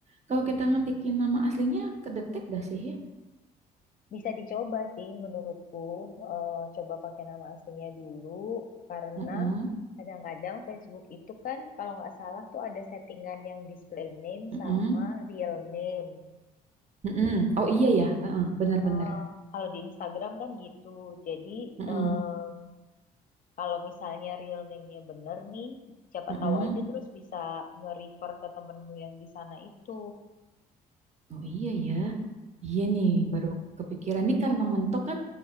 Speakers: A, on the right; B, on the left.
A: Kalau
B: Mm-mm.
A: kita ngetikin nama aslinya, kedetek gak sih ya?
B: Bisa dicoba sih menurutku. Eh, coba pakai nama aslinya dulu karena
A: Heeh,
B: kadang-kadang Facebook itu kan kalau nggak salah tuh ada settingan yang display name
A: heeh,
B: sama real name.
A: heeh. Oh iya ya, heeh, bener-bener.
B: eh, kalau di Instagram kan gitu. Jadi
A: Heeh,
B: em, kalau misalnya real name-nya bener nih, siapa
A: heeh.
B: tahu aja terus bisa nge-refer ke temenmu yang di sana itu.
A: Oh iya ya. Iya
B: Mm,
A: nih, baru kepikiran nih karena mentok kan.